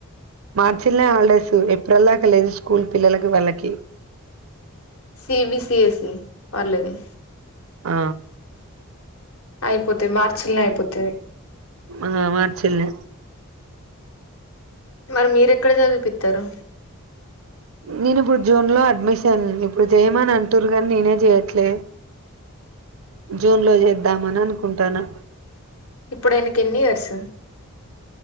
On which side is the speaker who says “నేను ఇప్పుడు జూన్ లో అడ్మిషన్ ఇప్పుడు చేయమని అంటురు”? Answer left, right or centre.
Right